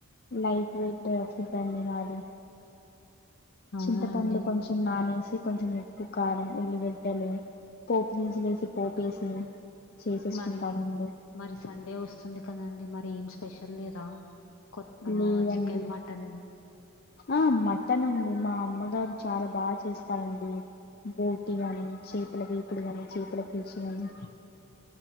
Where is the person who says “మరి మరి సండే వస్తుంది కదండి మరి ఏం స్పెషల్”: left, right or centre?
Left